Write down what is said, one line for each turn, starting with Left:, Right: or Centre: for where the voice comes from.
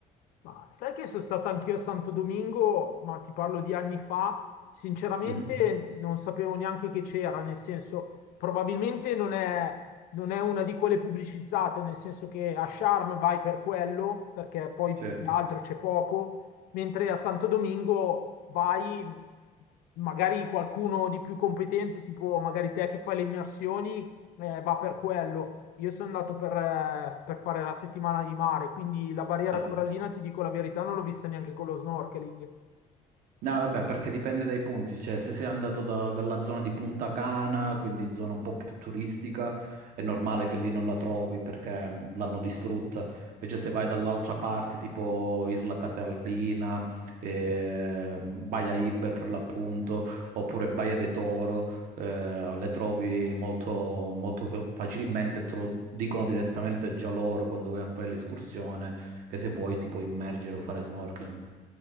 Left: Ma sai che sono stato anch'io a Santo Domingo, ma ti parlo di anni fa, sinceramente
Right: Mhm.
Left: non sapevo neanche che c'era, nel senso, probabilmente non è, non è una di quelle pubblicizzate, nel senso che a Sharm vai per quello, perché poi
Right: Sì.
Left: di altro c'è poco, mentre a Santo Domingo vai, magari qualcuno di più competente, tipo magari te che fai le immersioni eh, va per quello. Io sono andato per, eh, per fare la settimana di mare, quindi la barriera
Right: Eh,
Left: corallina, ti dico la verità, non l'ho vista neanche con lo snorkeling.
Right: No, vabbè, perché dipende dai punti, cioè se sei andato da- dalla zona di Punta Cana, quindi zona un po' più turistica, è normale che lì non la trovi perché mh, l'hanno distrutta. Invece se vai dall'altra parte, tipo Isla Catalina, ehm, Baia Ibe per l'appunto, oppure Baia de Toro, eh, le trovi molto, molto fa- facilmente, te lo dicono direttamente già loro quando vai a fare l'escursione, che se vuoi ti puoi immergere o fare snorkeling.